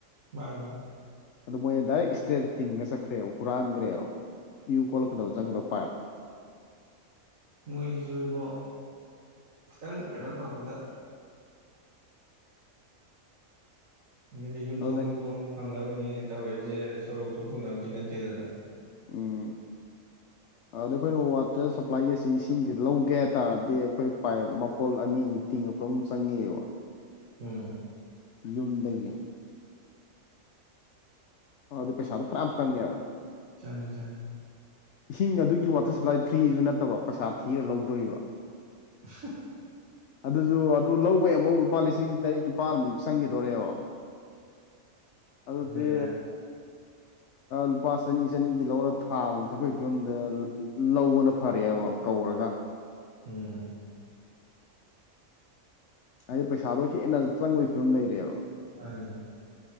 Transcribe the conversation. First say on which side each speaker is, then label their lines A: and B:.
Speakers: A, on the right; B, on the left.
A: ꯃꯥꯅꯦ
B: ꯑꯗꯨ ꯃꯣꯏꯅ ꯗꯥꯏꯔꯦꯛ ꯏꯁꯇꯔ꯭ꯦꯠ ꯇꯤꯡꯒ ꯆꯠꯈ꯭ꯔꯦꯕ ꯍꯨꯔꯥꯟꯈ꯭ꯔꯦꯕ ꯏꯎ ꯀꯣꯂꯛꯀꯗꯕ ꯆꯪꯒꯗꯕ ꯄꯥꯏꯞꯇꯣ
A: ꯃꯣꯏꯁꯤꯁꯨ ꯑꯩꯕꯣ ꯈꯤꯇꯪ ꯀꯩꯅꯣ ꯇꯧꯕꯗ ꯑꯗꯨꯅꯦ ꯌꯨꯝꯊꯣꯡ
B: ꯑꯗꯨꯗꯩ
A: ꯌꯨꯝꯊꯣꯡ ꯐꯪꯅꯕꯅꯤ ꯇꯧꯔꯛꯏꯁꯦ ꯁꯣꯔꯣꯛꯇ ꯄꯨꯅꯕꯗꯤ ꯅꯠꯇꯦꯗꯅ
B: ꯎꯝ ꯑꯗꯨ ꯑꯩꯈꯣꯏꯅ ꯋꯥꯇꯔ ꯁꯄ꯭ꯂꯥꯏꯒ ꯑꯁꯤ ꯏꯁꯤꯡꯁꯤ ꯂꯧꯒꯦ ꯍꯥꯏꯇꯥꯔꯗꯤ ꯑꯩꯈꯣꯏ ꯄꯥꯏꯞ ꯀꯣꯜ ꯑꯅꯤ ꯑꯃꯨꯛ ꯇꯤꯡꯉꯛꯄ ꯑꯃꯨꯛ ꯆꯪꯉꯤꯑꯕ
A: ꯎꯝ
B: ꯌꯨꯝꯗꯒꯤ ꯑꯣ ꯑꯗꯨ ꯄꯩꯁꯥꯗꯣ ꯐꯥꯅꯌꯥꯝ ꯆꯡꯉꯦꯕ
A: ꯆꯪꯉꯦ ꯆꯪꯉꯦ
B: ꯏꯁꯤꯡ ꯑꯗꯨꯒꯤ ꯋꯥꯇꯔ ꯁꯄ꯭ꯂꯥꯏ ꯐ꯭ꯔꯤꯁꯨ ꯅꯠꯇꯕ ꯄꯩꯁꯥ ꯊꯤꯔ ꯂꯧꯗꯣꯔꯤꯕ
A: <inaudible>
B: ꯑꯗꯨꯁꯨ ꯑꯗꯨ ꯂꯧꯕꯩ ꯑꯃꯨꯛ ꯂꯨꯄꯥ ꯂꯤꯁꯤꯡ ꯇꯔꯦꯠ ꯅꯤꯄꯥꯜꯃꯨꯛ ꯆꯪꯈꯤꯗꯣꯔꯦꯕ ꯑꯗꯨꯗꯤ
A: ꯕꯦꯔꯥ
B: ꯂꯨꯄꯥ ꯆꯅꯤ ꯆꯅꯤꯒꯤ ꯂꯧꯔ ꯊꯥꯕ ꯊꯄꯒꯤ ꯐꯤꯕꯝꯗ ꯂꯧꯕꯅ ꯐꯔꯛꯑꯦꯕ ꯀꯧꯔꯒ
A: ꯎꯝ
B: ꯍꯥꯏꯗꯤ ꯄꯩꯁꯥꯗꯣ ꯍꯦꯟꯅ ꯆꯪꯕꯒꯤ ꯐꯤꯕꯝ ꯂꯩꯔꯦꯕ
A: ꯃꯥꯅꯤ